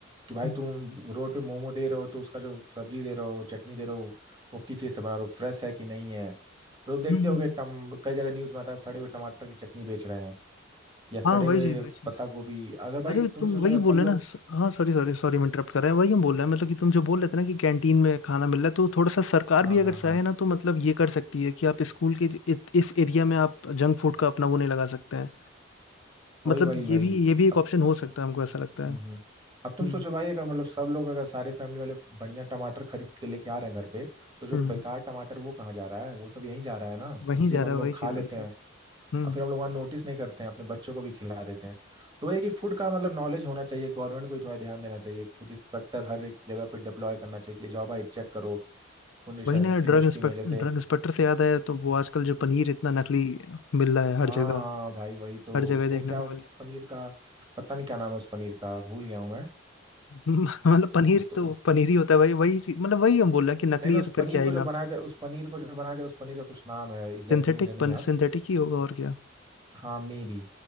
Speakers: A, on the right; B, on the left.
A: कि भाई
B: हम्म
A: तुम रोड पे मोमो दे रहे हो तो उसका जो सब्जी दे रहे हो चटनी दे रहे हो वो किस चीज़ से बना रहे हो फ्रेश है कि नहीं है लोग देखते
B: हम्म,
A: होगे
B: हम्म,
A: टम कई जगह न्यूज में आता है सड़े हुए टमाटर की चटनी बेच रहे हैं या सड़े
B: हाँ वही
A: हुए
B: चीज वही चीज
A: पत्ता गोभी अगर भाई
B: अरे
A: तुम
B: तुम
A: ही सोचोगा
B: वही
A: सब
B: बोल रहे
A: लोग
B: ना स- हाँ सॉरी सॉरी सॉरी मैं इंटरप्ट कर रहा है वही हम बोल रहे हैं मतलब कि तुम जो बोल रहे थे ना कि कैंटीन में खाना मिल रहा है तो थोड़ा सा सरकार
A: हाँ
B: भी अगर
A: हाँ
B: चाहे
A: हाँ
B: ना तो मतलब ये कर सकती है कि आप स्कूल के इत- इस एरिया में आप जंक फूड का अपना वो नहीं लगा सकते हैं
A: वही
B: मतलब
A: वही
B: ये
A: वही
B: भी ये भी एक
A: अब
B: ऑप्शन हो सकता है हमको ऐसा लगता
A: हम्म
B: है
A: हम्म।
B: हम्म
A: अब तुम सोचो भाई अगर मतलब सब लोग अगर सारे फैमिली वाले बढ़िया टमाटर खरीद के लेके आ रहे हैं घर पे तो जो
B: हम्म
A: बेकार
B: हम्म,
A: टमाटर वो कहाँ जा रहा है वो सब यहीं जा रहा है ना
B: वहीं
A: फिर उसी
B: जा
A: को
B: रहा
A: हम
B: है
A: लोग
B: वही चीज
A: खा लेते
B: वही चीज
A: हैं
B: हम्म
A: और फिर हम लोग वहाँ नोटिस नहीं करते हैं अपने बच्चों को भी खिला देते हैं तो वही है कि फूड का मतलब नॉलेज होना चाहिए गवर्नमेंट को भी थोड़ा ध्यान देना चाहिए फूड इंस्पेक्टर हर एक जगह पे डिप्लॉय करना चाहिए कि जाओ भाई चेक करो फूड इंडस्ट्री
B: वही ना ड्रग इंस्पेक्ट
A: में जैसे
B: ड्रग इंस्पेक्टर से याद आया तो वो आजकल जो पनीर इतना नकली मिल रहा है
A: हाँ
B: हर
A: हाँ
B: जगह
A: हाँ, भाई वही तो
B: हर जगह
A: उसको
B: देखने
A: क्या
B: को मिल रहा है
A: पनीर का पता नहीं क्या नाम है उस पनीर का भूल गया हूँ मैं
B: हम्म, मतलब पनीर
A: कुछ तो
B: तो पनीर ही होता है भाई वही चीज मतलब वही हम बोल रहे हैं कि नकली
A: नहीं नहीं
B: है
A: उस
B: तो फिर
A: पनीर
B: क्या ही
A: को
B: नाम
A: जो बनाया जाए उस पनीर को जो बनाया जाए उस पनीर का कुछ नाम है एग्जैक्टली exactly
B: सिंथेटिक
A: मुझे नहीं
B: पन
A: याद
B: सिंथेटिक ही होगा और क्या
A: हाँ मे बी